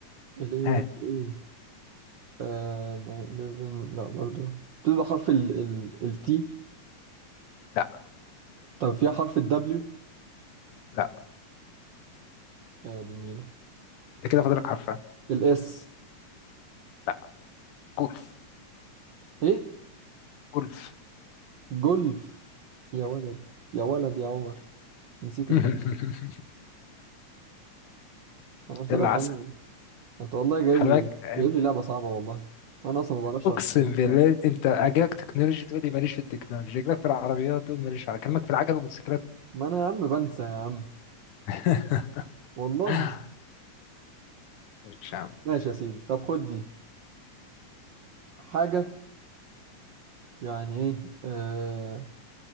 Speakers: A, on the right; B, on the left.
A: ال إيه
B: ها
A: بقى إيه آه... نعم، لبن- لا برضو بتبدأ حرف ال ال التي
B: لا
A: طب فيها حرف الدبليو
B: لا
A: يا دي النيلة
B: أنت كده فاضلك حرف ها؟
A: الاس
B: لا جولف
A: ايه
B: جولف
A: جولف يا ولد يا ولد يا عمر نسيت
B: <laughs>
A: الجولف انا قلت
B: يلا
A: لك
B: عسل
A: عنه انت والله جاي
B: خلي
A: لي
B: بالك أن-
A: جايب لي لعبة صعبة والله انا اصلا ما بعرفش
B: اقسم
A: افتكر
B: بالله
A: حاجة.
B: انت اجاك تكنولوجي تقول لي ماليش في التكنولوجي اجاك في العربيات تقول ماليش على كلامك في العجل والموتوسيكلات
A: ما انا يا عم بنسى يا عم
B: <laughs>
A: والله
B: آه، ماشي يا عم
A: ماشي يا سيدي طب خد دي حاجة يعني ايه آه